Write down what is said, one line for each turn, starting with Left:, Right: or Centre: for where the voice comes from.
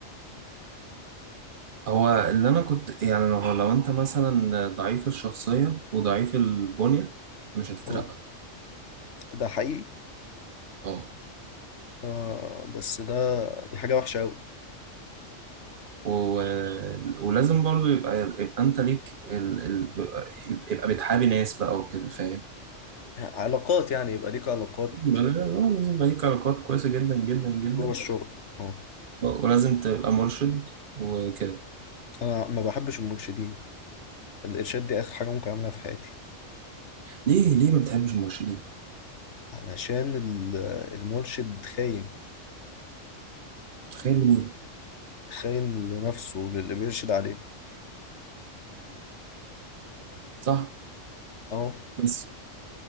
Right: هو اللي انا كنت يعني لو لو انت مثلا ضعيف الشخصية وضعيف البنية مش هتترقى
Left: اه ده حقيقي
Right: اه
Left: آه بس ده دي حاجة وحشة أوي
Right: و... ولازم برضو يبقى يبقى انت ليك ال... ال... يبقى يبقى بتحابي ناس بقى وكده فاهم
Left: علاقات يعني يبقى ليك علاقات
Right: يبقى- اه لازم يبقى ليك علاقات كويسة جدا جدا جدا
Left: جوه الشغل اه
Right: اه، ولازم تبقى مرشد وكده
Left: انا ما بحبش المرشدين الارشاد دي اخر حاجه ممكن اعملها في حياتي
Right: ليه ليه ما بتحبش المرشدين؟
Left: علشان ال- المرشد خاين
Right: تخيل
Left: خاين لنفسه وللي بيرشد عليه
Right: صح
Left: اه
Right: بس